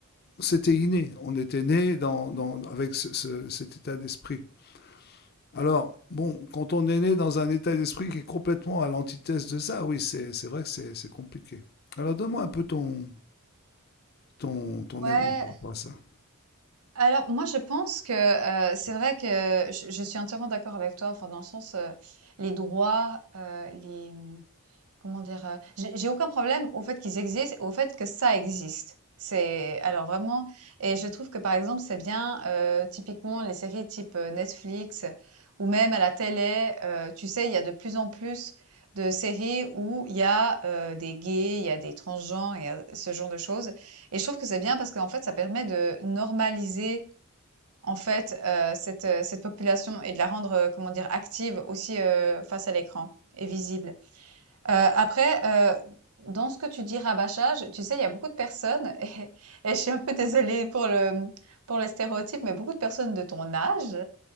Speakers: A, on the left; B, on the right.
A: c'était inné. On était né dans, dans- avec ce- ce- cet état d'esprit. Alors, bon, quand on est né dans un état d'esprit qui est complètement à l'antithèse de ça, oui, c'est c'est vrai que c'est c'est compliqué. Alors donne-moi un peu ton ton ton
B: Ouais.
A: avis par rapport à ça.
B: alors moi je pense que, heu, c'est vrai que je je suis entièrement d'accord avec toi, enfin dans le sens, heu, les droits, heu, les, mmh Comment dire? Heu, j'ai j'ai aucun problème au fait qu'ils existent, au fait que ça existe. C'est alors vraiment et je trouve que, par exemple, c'est bien, heu, typiquement les séries type, heu, Netflix ou même à la télé, heu, tu sais, il y a de plus en plus de séries où il y a, heu, des gays, il y a des transgenres et heu, ce genre de choses et je trouve que c'est bien parce qu'en fait, ça permet de normaliser, en fait, heu, cette, heu, cette population et de la rendre, heu, comment dire? Active aussi, heu, face à l'écran et visible. Heu, après, heu, dans ce que tu dis rabâchage, tu sais, il y a beaucoup de personnes <laughs> et et je suis un peu désolée pour le, mmh, pour le stéréotype, mais beaucoup de personnes de ton âge